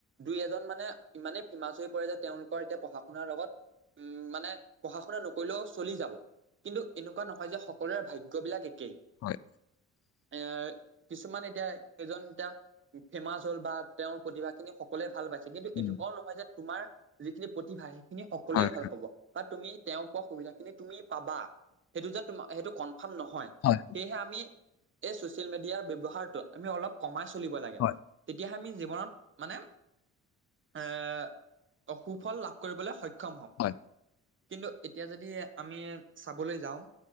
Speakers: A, on the right (about 40°); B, on the left (about 50°).
A: দুই এজন মানে ইমানেই ফেমাচ হৈ পৰে যে তেওঁলোকৰ এতিয়া পঢ়া - শুনাৰ লগত উম মানে খৰে নকৰিলেও চলি যাব, কিন্তু এনেকুৱা নহয় যে সকলোৰে ভাগ্যবিলাক একেই।
B: হয়, হয়, হয়,
A: এ কিছুমান এতিয়া সেইজন এতিয়া ফেমাচ হ'ল বা তেওঁৰ প্ৰতিভাখিনি স কলে ভাল পাইছে কিন্তু
B: উম,
A: এনেকুৱাও নহয় যে তোমাৰ যিখিনি প্ৰতিভা সেইখিনি সকলোৱে
B: হয়,
A: ভাল পাব। বা তুমি তেওঁ পোৱা সুবিধা কিন্তু তুমি পাবা সেইটো যে তম সেইটো কনফাৰ্ম নহয়।
B: হয়,
A: সেয়েহে আমি এই ছচিয়েল মিডিয়াৰ ব্যৱহাৰ ট আমি অলপ কমাই চলিব লাগে
B: হয়,
A: তেতিয়াহে আমি জীৱনত মানে এ অ সুফল লাভ কৰিবলৈ সক্ষম হ'ম।
B: হয়।
A: কিন্তু এতিয়া যদি আমি চাবলৈ যাওঁ,